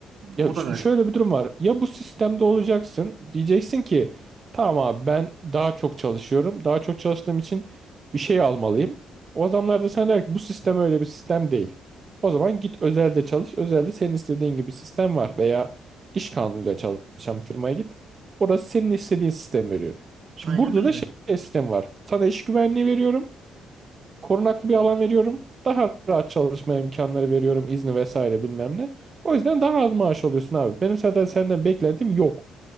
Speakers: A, on the right; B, on the right.
A: Ya
B: O
A: şimdi
B: da garip.
A: şöyle bir durum var. Ya bu sistemde olacaksın. Diyeceksin ki tamam abi ben daha çok çalışıyorum. Daha çok çalıştığım için bir şey almalıyım. O adamlar da sana der ki bu sistem öyle bir sistem değil. O zaman git özelde çalış. Özelde senin istediğin gibi sistem var. Veya iş kanunuyla çalışan bir firmaya git. Orası senin istediğin sistem veriyor. Şimdi
B: Aynen
A: burada
B: öyle.
A: da şey sistem var. Sana iş güvenliği veriyorum. Korunaklı bir alan veriyorum. Daha rahat çalışma imkanları veriyorum. izni vesaire bilmem ne. O yüzden daha az maaş alıyorsun abi. Benim zaten senden beklentim yok.